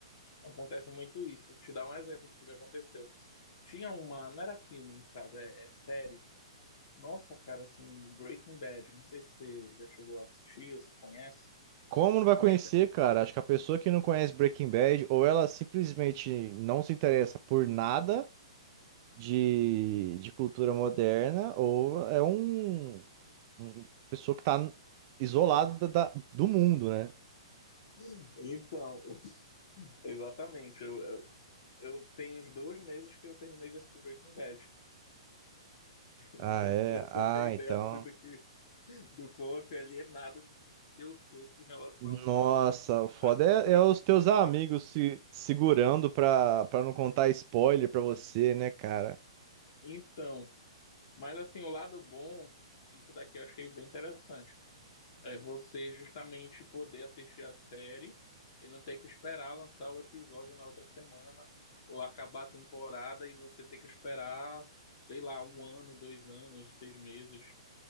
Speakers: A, on the left; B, on the right.
A: Acontece muito isso. Te dar um exemplo do que aconteceu. Tinha uma, não era filme, no caso, é, é série. Nossa, cara, assim, Breaking Bad. Não sei se você já chegou a assistir ou se conhece.
B: Como não vai
A: Acho
B: conhecer,
A: que... <clears throat>
B: cara? Acho que a pessoa que não conhece Breaking Bad, ou ela simplesmente não se interessa por nada de, de cultura moderna, ou é um, um pessoa que tá isolada da- da- do mundo, né?
A: <laughs> Então, <laughs> exatamente. Eu, eu, eu tenho uns dois meses que eu terminei de assistir Breaking Bad.
B: Ah,
A: <laughs>
B: é?
A: Pra você
B: Ah,
A: ter ideia
B: então.
A: assim, do que, do quão assim, alienado que eu sou com relação
B: Nossa,
A: à,
B: o foda
A: à cultura
B: é, é os
A: popular.
B: teus amigos se segurando pra, pra não contar spoiler pra você, né, cara?
A: Então, mas assim, o lado bom, isso daqui eu achei bem interessante. É você justamente poder assistir a série e não ter que esperar lançar o episódio na outra semana ou acabar a temporada e você ter que esperar, sei lá, um ano, dois anos, seis meses